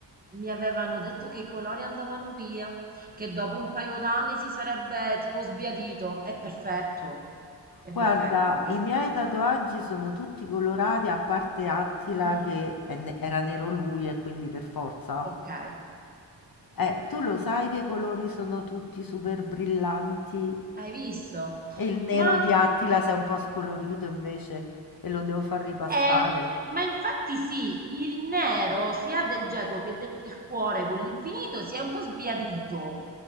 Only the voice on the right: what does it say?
Mi avevano detto che i colori andavano via, che dopo un paio d'anni si sarebbe tipo sbiadito. È perfetto, è
perfetto, ormai
sono
passati.
Mm,
ok,
hai visto?
Ma,
mm,
eh, ma infatti sì, il nero sia del geco che del cuore con l'infinito si è un po' sbiadito.